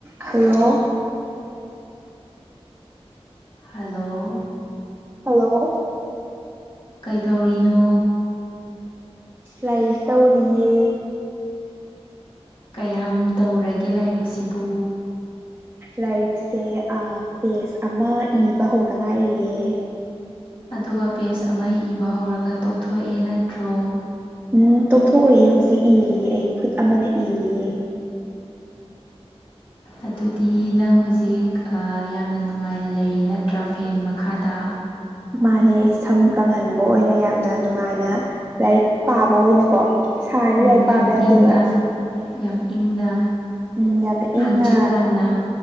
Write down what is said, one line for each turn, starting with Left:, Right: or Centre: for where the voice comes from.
Right: Hello <unintelligible>
Left: hello
Right: hello
Left: ꯀꯩꯗꯧꯔꯤꯅꯣ
Right: ꯂꯥꯏꯔꯤꯛ ꯇꯧꯔꯤꯌꯦ
Left: ꯀꯌꯥꯝ ꯇꯧꯔꯒꯦ ꯂꯥꯏꯔꯤꯛꯁꯤꯕꯨ
Right: ꯂꯥꯏꯔꯤꯛꯁꯦ ꯑꯥ ꯄꯦꯖ ꯑꯃ ꯏꯕ ꯍꯧꯗ ꯉꯥꯏꯔꯤꯌꯦ
Left: ꯑꯗꯨꯒ ꯄꯦꯁ ꯑꯃ ꯏꯕ ꯍꯧꯔꯒ ꯇꯣꯛꯊꯣꯛꯑꯦ ꯅꯠꯇ꯭ꯔꯣ
Right: ꯎꯝ ꯇꯣꯛꯊꯣꯛꯑꯣꯏꯌꯦ ꯍꯧꯖꯤꯛ ꯏꯔꯤꯌꯦ ꯑꯩ ꯈꯨꯠ ꯑꯃꯅ ꯏꯔꯤꯌꯦ
Left: ꯑꯗꯨꯗꯤ ꯅꯪ ꯍꯧꯖꯤꯛ ꯑꯥ ꯌꯥꯝꯅ ꯅꯨꯡꯉꯥꯏꯅ ꯂꯩꯔꯤ ꯅꯠꯇ꯭ꯔ ꯐꯦꯟ ꯃꯈꯥꯗ
Right: ꯃꯥꯅꯦ ꯑꯩ ꯁꯝ ꯀꯪꯍꯟꯕ ꯑꯣꯏꯅ ꯌꯥꯝꯅ ꯅꯨꯡꯉꯥꯏꯅ ꯂꯥꯏꯔꯤꯛ ꯄꯥꯕ ꯑꯣꯏꯅꯀꯣ ꯁꯔꯦ
Left: ꯎꯝ
Right: ꯂꯥꯛ
Left: ꯌꯥꯝ
Right: ꯄꯕ ꯌꯥꯗꯦꯕꯥ
Left: ꯏꯪꯅ ꯌꯥꯝ ꯏꯪꯅ
Right: ꯎꯝ ꯌꯥꯝꯅ
Left: ꯍꯥꯡꯆꯤꯠ
Right: ꯏꯪꯅ
Left: ꯂꯥꯡꯅ